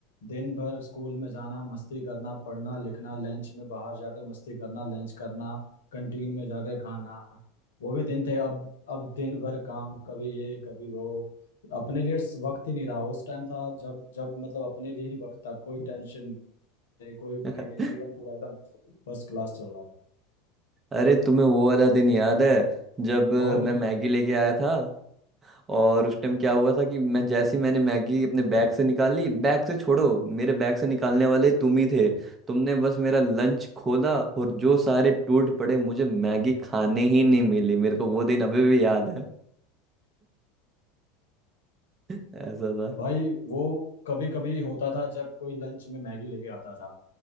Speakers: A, on the left; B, on the right.
A: दिन भर स्कूल में जाना मस्ती करना पढ़ना लिखना लंच में बाहर जाके मस्ती करना लंच करना कंटीन में जाके खाना वो भी दिन थे अब अब दिन भर काम कभी ये कभी वो अपने लिए वक्त ही नहीं रहा उस टाइम था जब जब मतलब अपने लिए ही वक्त था कोई टेंशन नहीं कोई फ्री
B: <laughs>
A: नहीं जीवन पूरा एकदम फर्स्ट क्लास चल रहा था
B: अरे तुम्हें वो वाला दिन याद है जब अ,
A: और
B: मैं मैगी लेके आया था और उस टाइम क्या हुआ था कि मैं जैसे ही मैंने मैगी अपने बैग से निकाली बैग से छोड़ो मेरे बैग से निकालने वाले तुम ही थे तुमने बस मेरा लंच खोला और जो सारे टूट पड़े मुझे मैगी खाने ही नहीं मिली मेरे को वो दिन अभी भी याद है <laughs> ऐसा
A: भाई वो कभी कभी होता था जब कोई लंच में मैगी लेके आता था